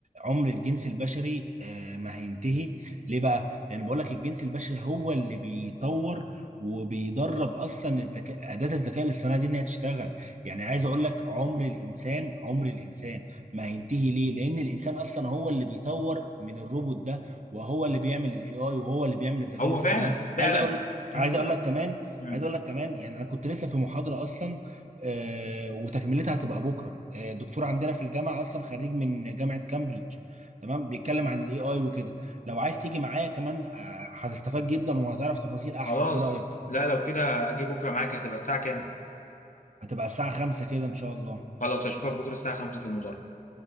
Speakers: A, on the right; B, on the left.
A: عمر الجنس البشري آه، ما هينتهي ليه بقى؟ لان بقول لك الجنس البشري هو اللي بيطور وبيدرب اصلا الذكاء اداه الذكاء الاصطناعي دي انها تشتغل يعني عايز اقول لك عمر الانسان عمر الانسان ما هينتهي ليه؟ لان الانسان اصلا هو اللي بيطور من الروبوت ده وهو اللي بيعمل الاي اي وهو اللي بيعمل الذكاء
B: هو
A: الاصطناعي
B: فعلا فعلا
A: عايز اقول
B: مم.
A: عايز اقول لك كمان
B: مم.
A: عايز اقول لك كمان يعني انا كنت لسه في محاضره اصلا آه، وتكملتها هتبقى بكره آه، دكتور عندنا في الجامعه اصلا خريج من جامعه كامبريدج تمام بيتكلم عن الاي اي وكده لو عايز تيجي معايا كمان آه، هتستفاد جدا وهتعرف تفاصيل احسن
B: خلاص
A: ايه رايك
B: لا لو كده اجي بكره معاك هتبقى الساعه كام
A: هتبقى الساعه 5 كده ان شاء الله
B: خلاص اشوفك بكره الساعه 5 في المدرج